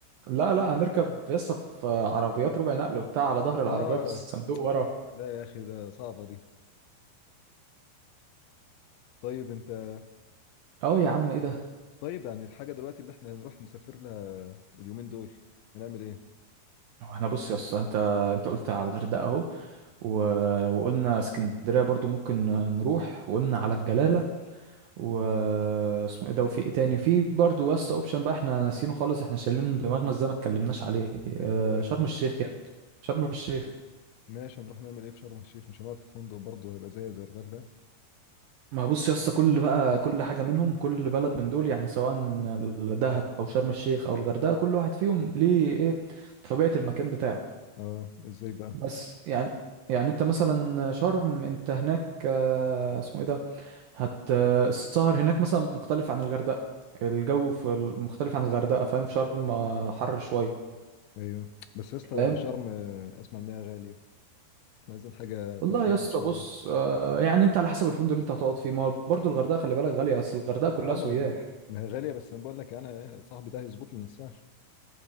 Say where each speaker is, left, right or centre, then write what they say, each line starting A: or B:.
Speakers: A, on the right; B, on the left.
A: لا لا هنركب يسا في عربيات ربع نقل وبتاع على ظهر العربية
B: اه
A: في الصندوق ورا
B: لا يا اخي ده صعبة دي طيب انت
A: اه يا عم ايه ده
B: طيب يعني الحاجة دلوقتي اللي احنا هنروح نسافر لها اليومين دول هنعمل ايه
A: هو احنا بص يسا انت انت قلت على الغردقة اهو و... وقلنا اسكندرية برضو ممكن نروح وقلنا على الجلالة و اسمه ايه ده وفي ايه تاني في برضو يسا اوبشن بقى احنا ناسينه خالص احنا شايلينه من دماغنا ازاي ما اتكلمناش عليه
B: اللي
A: آه،
B: هو إيه؟
A: شرم الشيخ يا ابني. شرم الشيخ
B: ماشي هنروح نعمل ايه في شرم الشيخ مش هنقعد في فندق برضه هيبقى زي زي الغردقة
A: ما بص يا اسطى كل بقى كل حاجه منهم كل بلد من دول يعني سواء دهب او شرم الشيخ او الغردقه كل واحد فيهم ليه ايه طبيعه المكان بتاعه
B: اه ازاي بقى
A: بس يعني يعني انت مثلا شرم انت هناك آه، اسمه ايه ده هت آه، السهر هناك مثلا مختلف عن الغردقه الجو في ال- مختلف عن الغردقه فاهم في شرم آه، حر شويه
B: ايوه بس يا اسطى
A: فاهم
B: شرم آه، اسمع ان هي غالية احنا عايزين حاجة في
A: والله
B: الحنين
A: يا اسطى
B: شوية
A: بص آه، يعني انت على حسب الفندق اللي انت هتقعد فيه ما برضه الغردقه خلي بالك غاليه اصل الغردقه كلها
B: اه
A: سياح
B: ما ما هي غالية بس انا بقول لك انا صاحبي ده هيظبط لنا السعر